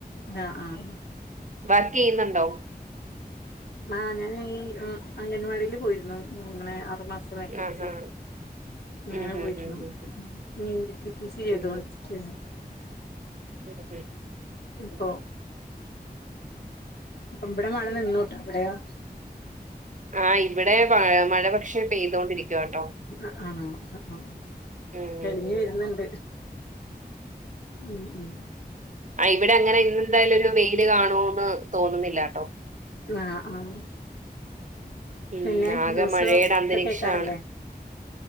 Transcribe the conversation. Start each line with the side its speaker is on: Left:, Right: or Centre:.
Left: ആഹ് ആഹ്.
Right: വർക്ക് ചെയ്യുന്നുണ്ടോ?
Left: ആഹ് ഞാൻ ഈ അം അംഗൻവാടിൽ പോയിരുന്നു മ് ങ്ങനെ ആറുമാസ വാക്കൻസിൽ.
Right: ആഹ് ആഹ്
Left: അങ്ങനെ
Right: ഉം
Left: പോയിട്ടുണ്ടാവും
Right: ഉം ഉം ഉം
Left: നീ <unintelligible> ടി ടി സി ചെയ്തോണ്ടിരിക്ക
Right: ഉം ഉം <unintelligible>
Left: ഇപ്പോ. അപ്പോ ബ്ടെ മാണ <unintelligible> നിന്നോട്ടോ അവിടെയോ?
Right: ആഹ് ഇവിടെ പയ് മഴ പക്ഷേ പെയ്തോണ്ടിരിക്കുവാട്ടോ.
Left: അഹ ആഹ് അഹ ആഹ്.
Right: ഉം
Left: തെളിഞ്ഞ്
Right: ഉം ഉം
Left: വര്ന്ന്ണ്ട് ഉം ഉം.
Right: ആഹ് ഇവിടെ അങ്ങനെ ഇന്നെന്തായാലും ഒരു വെയില് കാണൂന്ന് തോന്നുന്നില്ലാട്ടോ.
Left: ആഹ് ആഹ്
Right: ഉം
Left: പിന്നെ
Right: ആകെ
Left: ന്യൂസ്
Right: മഴയുടെ അന്തരീക്ഷാണ്
Left: ഒക്കെ കേക്കാറില്ലേ?